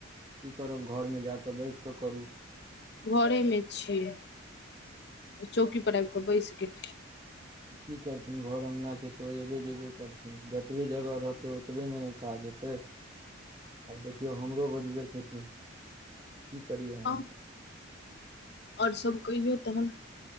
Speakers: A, on the right; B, on the left.
A: की करब घरमे जाकऽ बैस कऽ करू।
B: घरे मे छिय। चौकी पर आबि कऽ बैस गेल।
A: की करथिन घर अङ्गना छै। तऽ ओ अयबे जेबे करथिन जतबे जगह रहतै ओतबे म काज हतै
B: ह <inaudible>
A: आब देखियौ हमरो बजबै छथिन। की करियै
B: आउ
A: हम
B: आओर सब कइो तहन